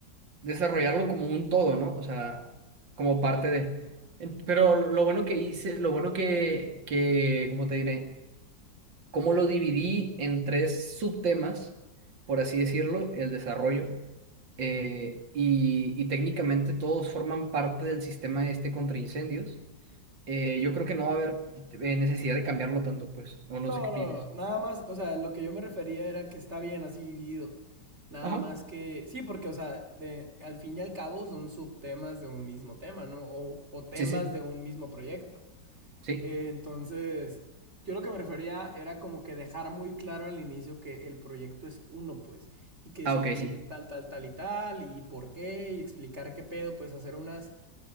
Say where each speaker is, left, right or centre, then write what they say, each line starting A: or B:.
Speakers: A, on the right; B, on the right.
A: Desarrollarlo como un todo, ¿no? O sea, como parte de... En- Pero lo bueno que hice, lo bueno que, que, ¿cómo te diré? Como lo dividí en tres subtemas, por así decirlo, el desarrollo, eh, y, y técnicamente todos forman parte del sistema este contra incendios eh, yo creo que no va a haber eh, necesidad de cambiarlo tanto, pues. O no
B: No,
A: sé qué
B: no,
A: opines.
B: no, nada más, o sea, lo que yo me refería era que está bien así dividido. Nada
A: Ajá.
B: más que, sí, porque, o sea, de, al fin y al cabo son subtemas de un mismo tema, ¿no? O, o temas
A: Sí, sí,
B: de un mismo proyecto.
A: sí.
B: Eh, entonces, yo lo que me refería era como que dejar muy claro al inicio que el proyecto es uno, pues, y que
A: Ah,
B: se divide
A: ok, sí.
B: en tal, tal, tal y tal, y por qué, y explicar qué pedo, pues hacer unas